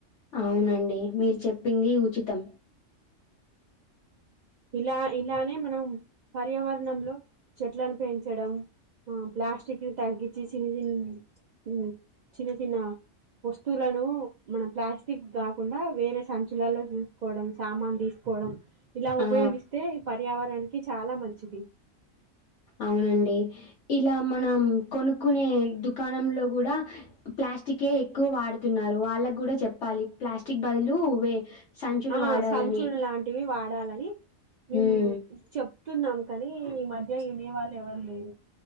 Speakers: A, on the left; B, on the right.
A: అవునండి మీరు చెప్పింది ఉచితం
B: ఇలా ఇలానే మనం పర్యావరణంలో చెట్లను పెంచడం ఆ ప్లాస్టిక్ తగ్గించి చిన్న చిన్న చిన్న చిన్న వస్తువులను మనం ప్లాస్టిక్ కాకుండా వేరే సంచలాల్లో చూసుకోవడం సామాన్ తీసుకోవడం ఇలా
A: ఆ
B: ఉపయోగిస్తే ఈ పర్యావరణనికి చాలా మంచిది.
A: అవునండి ఇలా మనం కొనుక్కునే దుకాణంలో కూడా ప్లాస్టిక్ఎక్కువ వాడుతున్నారు వాళ్ళకు కూడా చెప్పాలి ప్లాస్టిక్ బదులు వే సంచులు
B: ఆ
A: వాడాలని
B: సంచుల లాంటివి వాడాలని మేము
A: ఉమ్
B: చెప్. చున్నాం కానీ ఈ మధ్య వినేవాళ్ళు ఎవరు లేరు.